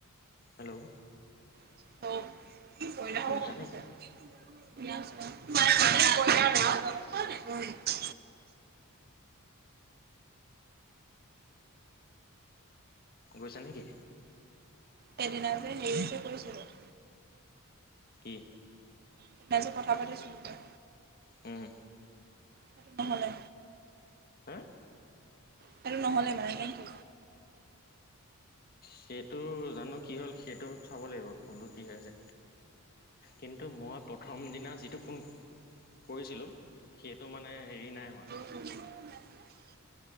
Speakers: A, on the left; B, on the right.
A: হেল্লো'।
B: <unintelligible>
A: শুনিছানে
B: <unintelligible>
A: গৈছা নেকি?
B: সেইদিনা যে হেৰি যে কৰিছিলো।
A: কি?
B: সেইদিনা যে কথা পাতিছিলি ত‌ই।
A: উম
B: সেইটো নহ'লে।
A: হা
B: সেইটো নহ'লে মানে নেকি?
A: সেইটো জানো কি হ'ল, সেইটো চাব লাগিব ফোনটো কি হৈ আছে। কিন্তু মই প্ৰ থম দিনা যিটো ফোন কৰিছিলো, সেইটো মানে হেৰি নাই হোৱা।
B: <unintelligible>